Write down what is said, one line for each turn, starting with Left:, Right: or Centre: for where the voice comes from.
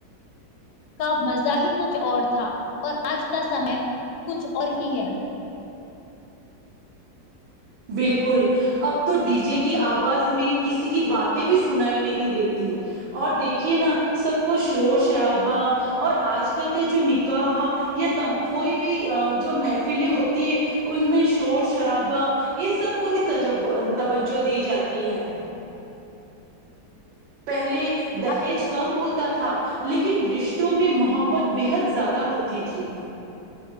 Left: کا مزہ ہی کچھ اور تھا اور آج کا سمے کچھ اور ہی ہے
Right: بالکل اب تو ڈی جے کی آواز میں کسی کی باتیں بھی سنائی نہیں دیتی اور دیکھیے نا سب کو شور شرابہ اور آج کل کے جو نکاح یا کوئی بھی جو محفلیں ہوتی ہے ان میں شور شرابا ان سب کو ہی توجہ دی جاتی ہے پہلے دہیج
Left: اب
Right: کم ہوتا تھا تھا لیکن رشتوں میں محبت بےحد زیادہ ہوتی تھی